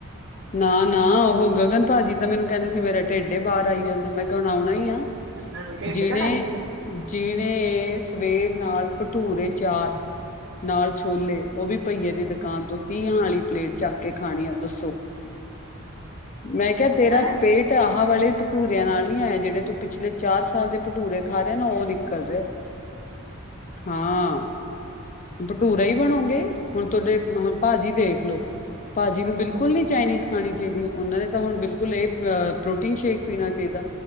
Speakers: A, on the left; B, on the right.
A: ਨਾ ਨਾ ਉਹ ਗਗਨ ਭਾਜੀ ਤਾਂ ਮੈਨੂੰ ਕਹਿੰਦੇ ਸੀ ਮੇਰਾ ਢਿੱਡ ਹੀ ਬਾਹਰ ਆਈ ਜਾਂਦਾ ਮੈਂ ਕਿਹਾ ਹੁਣ ਆਉਣਾ ਹੀ ਆ
B: ਮੈਨੂੰ ਢਿੱਡ
A: ਜਿਨੇ
B: ਤਾਂ ਲੱਗਦੀ ਹੈ
A: ਜਿਨੇ ਸਵੇਰ ਨਾਲ ਭਟੂਰੇ ਚਾਰ ਨਾਲ ਛੋਲੇ ਉਹ ਵੀ ਪਹੀਏ ਦੀ ਨ ਤੋਂ ਤੀਆਂ ਵਾਲੀ ਪਲੇਟ ਚੱਕ ਕੇ ਖਾਣੀ ਆ ਦੱਸੋ ਮੈਂ ਕਿਹਾ ਤੇਰਾ
B: ਹੈਂ
A: ਪੇਟ ਆਹ ਵਾਲੇ ਭਟੂਰਿਆਂ ਨਾਲ ਨੀ ਆਏ ਆ ਜਿਹੜੇ ਤੂੰ ਪਿਛਲੇ ਚਾਰ ਸਾਲ ਦੇ ਭਟੂਰੇ ਖਾ ਰਹੇ ਨਾ ਉਹ ਨਿਕਲ ਰਹੇ ਹਾਂ ਭਟੂਰਾ ਹੀ ਬਣੋਗੇ ਹੁਣ ਤੁਹਾਡੇ ਹੁਣ ਭਾਜੀ ਦੇਖ ਲਓ ਭਾਜੀ ਨੂੰ ਬਿਲਕੁਲ ਨੀ ਚਾਈਨੀਜ਼ ਖਾਣੀ ਚਾਹੀਦੀ ਉਹਨਾਂ ਨੇ ਤਾਂ ਹੁਣ ਬਿਲਕੁਲ ਇਹ ਪ੍ਰੋਟੀਨ ਸ਼ੇਕ ਪੀਣਾ ਚਾਹੀਦਾ